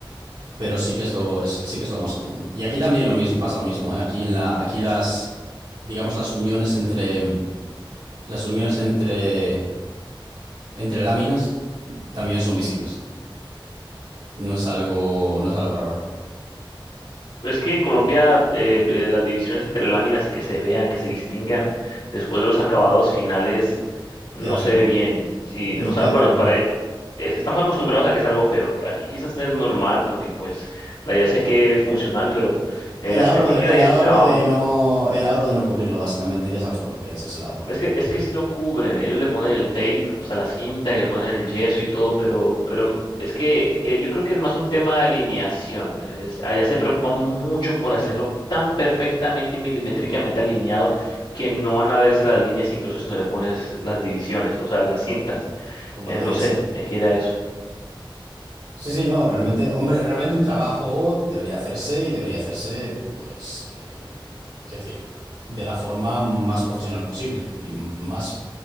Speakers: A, on the right; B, on the left.
A: Pero sí que es lo, es- sí que es lo más común. Y aquí también lo mismo, pasa lo mismo, ¿eh? Aquí en la, aquí las, digamos, las uniones entre, las uniones entre entre láminas también son visibles. No es algo, no es algo raro.
B: Es que en Colombia eh, eh, las divisiones entre láminas y que se vean, que se distingan después de los acabados finales, no
A: Queda feo.
B: se ve bien. Sí,
A: Mm,
B: o sea,
A: Queda
B: bueno,
A: claro, claro.
B: para e- es- estamos acostumbrados a que es algo feo. Aquí quizás es normal porque pues la idea es que quede funcional, pero eh,
A: El
B: la
A: ahorro
B: estética
A: de, el
B: de
A: ahorro
B: ese trabajo.
A: de no, el ahorro de no cubrirlo, básicamente, ya sabes por lo que es, es el ahorro,
B: Es que, es que sí lo cubren, ellos le ponen el tape, o sea, la cinta y le ponen el yeso y todo, pero, pero es que eh, yo creo que es más un tema de alineación. es- allá se preocupan mucho por hacerlo tan perfectamente y milimétricamente alineado que no van a verse las líneas, incluso si no le pones las divisiones, o sea, las cintas.
A: como
B: Eh,
A: debería
B: no sé,
A: ser.
B: me quiera eso.
A: Sí, sí, no, realmente, hombre, realmente un trabajo debería hacerse y debería hacerse, pues, eh, es decir, de la forma más profesional posible y m- más